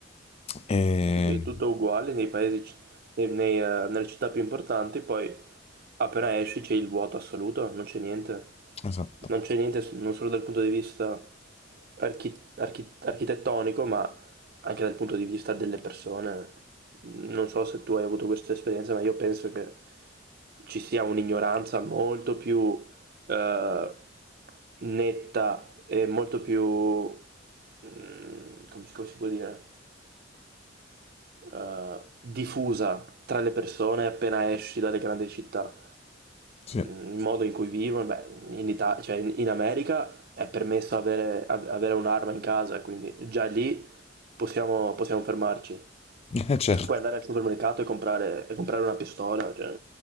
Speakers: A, on the left; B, on the right.
A: E-
B: Sì, sì, è tutto uguale nei paesi, nei- nei, eh, nelle città più importanti, poi appena esci c'è il vuoto assoluto, non c'è niente,
A: Esatto,
B: non c'è niente s- non solo dal punto di vista archi- archi- architettonico, ma anche dal punto di vista delle persone. Non so se tu hai avuto questa esperienza, ma io penso che ci sia un'ignoranza molto più eh, netta e molto più... mm, come si come si può dire? eh, diffusa tra le persone appena esci dalle grandi città.
A: sì,
B: Mm, Il modo in cui vivono, beh, in Ita- cioè in, in America è permesso avere, av- avere un'arma in casa, quindi già lì possiamo, possiamo fermarci.
A: <laughs> certo.
B: Puoi andare al supermercato e comprare, e comprare una pistola, cioè,